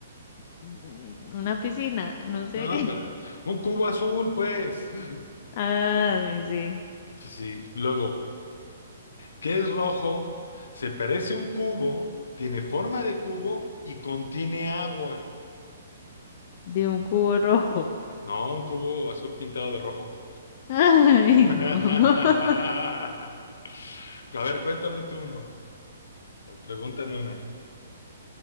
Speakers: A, on the left; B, on the left.
A: Mm, Una piscina, no sé.
B: No,
A: <laughs>
B: hombre, un cubo azul, pues. <laughs>
A: Ah, dice,
B: Sí, sí. Luego, ¿qué es rojo? Se parece a un cubo, tiene forma de cubo y contiene agua.
A: de un cubo rojo.
B: No, un cubo azul pintado de rojo.
A: <laughs> Ay,
B: <laughs> A
A: no. <laughs>
B: ver, cuéntame tú uno. O pregúntame una.